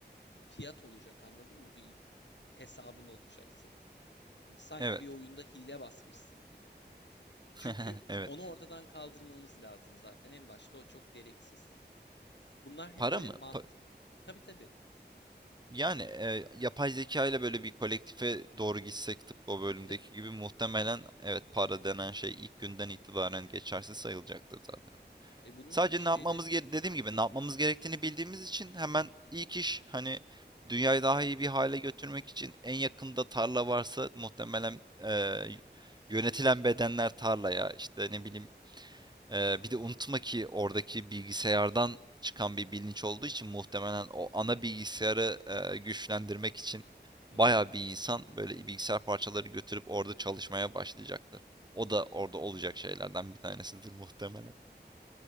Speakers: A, on the left; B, on the right.
A: fiyat olacak anladın mı? Bir hesabın olacak senin. Hani sanki
B: Evet.
A: bir oyunda hile basmışsın gibi.
B: <laughs>
A: Çünkü
B: Evet.
A: onu ortadan kaldırmamız lazım zaten. En başta o çok gereksiz. Bunlar hep
B: Para
A: böyle
B: mı?
A: mantık.
B: Pa-
A: Tabii tabii.
B: yani e, yapay zeka ile böyle bir kolektife doğru gitsek tıpkı o bölümdeki
A: Tabii tabii.
B: gibi muhtemelen evet para denen şey ilk günden itibaren geçersiz sayılacaktır zaten.
A: E bunun
B: Sadece
A: gibi şeyler
B: ne yapmamız
A: için
B: gere-
A: sanki...
B: dediğim gibi ne yapmamız gerektiğini bildiğimiz için hemen
A: Hı
B: ilk
A: hı.
B: iş hani dünyayı daha iyi bir hale götürmek için en yakında tarla varsa muhtemelen eee, yönetilen bedenler tarlaya işte ne bileyim eee, bir de unutma ki oradaki bilgisayardan çıkan bir bilinç olduğu için muhtemelen o
A: Hı
B: ana
A: hı.
B: bilgisayarı eee, güçlendirmek için
A: Hı
B: bayağı
A: hı,
B: bir insan böyle bilgisayar parçaları götürüp orada çalışmaya başlayacaktır. O da orada
A: hı hı.
B: olacak şeylerden bir tanesidir muhtemelen.